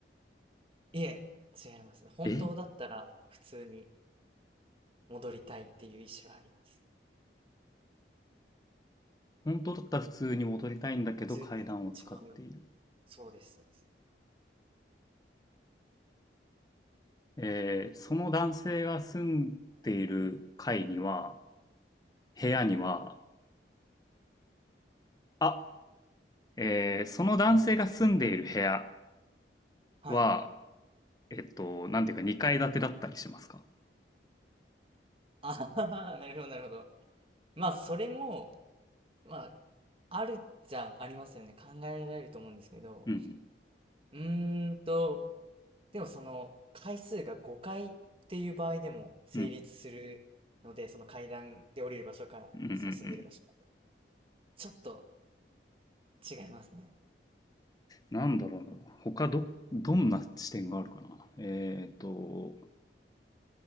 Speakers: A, on the right; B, on the left.
A: いえ、違いますね。本当だったら、
B: え
A: 普通に戻りたいっていう意思はあります。
B: 本当だったら普通に戻りたいんだけど階段を使っている。
A: 普通に一番上そうです、そうです。
B: えーその男性が住んでいる階には、部屋には、あ、えーその男性が住んでいる部屋
A: はい。
B: は、えっと、なんていうか2階建てだったりしますか
A: <laughs> あはははなるほど、なるほど。まあ、それも、まあ、あるっちゃありますよね。考えられると思うんですけど。
B: うん
A: うーんと、でもその、回数が5回っていう場合でも成立するので、
B: うん、
A: その階段で降りる場所から、
B: うん、うん、うん、
A: その住んでる場所。
B: うん。
A: ちょっと違いますね。
B: なんだろうな。他ど、どんな視点があるかな。えーっと、